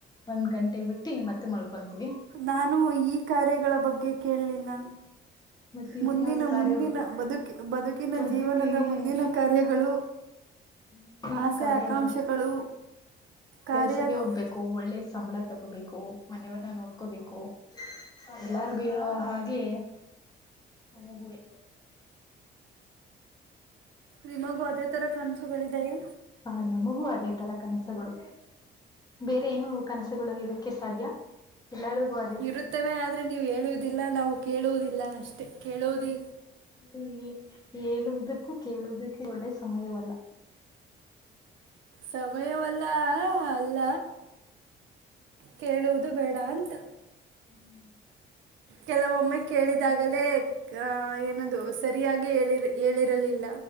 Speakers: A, on the left; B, on the right.
A: ಒಂದ್ ಗಂಟೆ ಬಿಟ್ಟು ಮತ್ತೆ ಮಳ್ಕೊಂತೀವಿ
B: ನಾನು ಈ ಕಾರ್ಯಗಳ ಬಗ್ಗೆ ಕೇಳಲಿಲ್ಲ
A: ಮತ್ತೆ ಇನ್ಯಾವ
B: ಮುಂದಿನ
A: ಕಾರ್ಯ
B: ಮುಂದಿನ
A: ಬೇಕು
B: ಬದುಕಿ ಬದುಕಿನ
A: ಬದುಕಿಗೆ
B: ಜೀವನದ ಮುಂದಿನ ಕಾರ್ಯಗಳು
A: ಮುಂದಿನ
B: ಆಸೆ
A: ಕಾರ್ಯಗಳು
B: ಆಕಾಂಕ್ಷೆಗಳು ಕಾರ್ಯ
A: ಕೆಲ್ಸಕ್ಕೆ ಹೋಗ್ಬೇಕು ಒಳ್ಳೆ ಸಂಬಳ ತಗೋ ಗೋಬೇಕು ಮನೆಯವರ್ನ್ನ ನೋಡ್ಕೋಬೇಕು ಎಲ್ಲಾರಿಗು ಇರೋ ಹಾಗೆ ನಂಗುವೆ
B: ನಿಮಗು ಅದೇ ತರ ಕನಸುಗಳಿವೆಯೇ
A: ಹಾ ನಮಗೂ ಅದೇ ತರ ಕನಸುಗಳು ಬೇರೆ ಏನು ಕನಸುಗಳು ಇರಕ್ಕೆ ಸಾಧ್ಯ ಎಲ್ಲರಿಗೂ ಅ
B: ಇರುತ್ತವೆ ಆದ್ರರೆ ನೀವು ಹೇಳುವುದಿಲ್ಲ ನಾವು ಕೇಳುವುದಿಲ್ಲ ಅಷ್ಟೇ ಕೇಳುವುದಿ
A: ಅದು ಹೇಳುವುದಕ್ಕೂ ಕೇಳುವುದಕ್ಕೆ ಒಳ್ಳೆ ಸಮಯವಲ್ಲ
B: ಸಮಯವಲ್ಲ ಅಲ್ಲ ಕೇಳುವುದು ಬೇಡ ಅಂತ
A: ಹ್ಮ್
B: ಕೆಲವೊಮ್ಮೆ ಕೇಳಿದಾಗಲೇ ಏನದು ಸರಿಯಾಗಿ ಹೇಳಿ ಹೇಳಿರಲಿಲ್ಲ